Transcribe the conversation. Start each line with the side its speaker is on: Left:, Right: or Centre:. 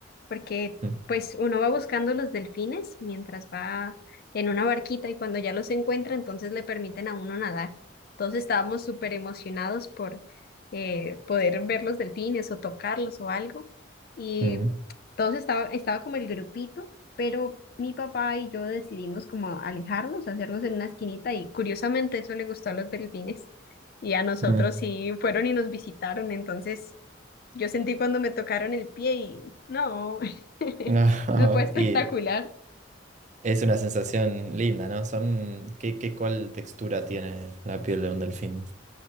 Left: porque
Right: mm,
Left: pues uno va buscando los delfines mientras va en una barquita y cuando ya los encuentra, entonces le permiten a uno nadar. todos estábamos súper emocionados por eh, poder ver los delfines o tocarlos o algo. Y
Right: mm,
Left: todos estaba, estaba como el grupito, pero mi papá y yo decidimos como alejarnos, hacernos en una esquinita y curiosamente eso le gustó a los delfines. Y a nosotros
Right: mm.
Left: sí fueron y nos visitaron, entonces yo sentí cuando me tocaron el pie y no, <laughs>
Right: <laughs>
Left: eso fue espectacular.
Right: Y es una sensación linda, ¿no? Son, ¿qué, qué, cuál textura tiene la piel de un delfín?